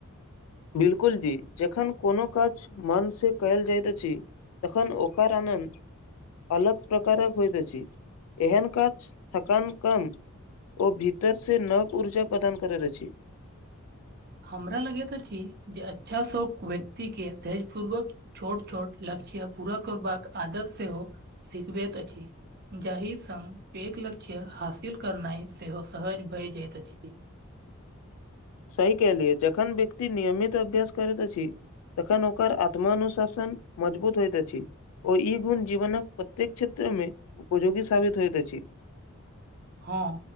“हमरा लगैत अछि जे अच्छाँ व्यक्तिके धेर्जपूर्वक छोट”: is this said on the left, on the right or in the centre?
Right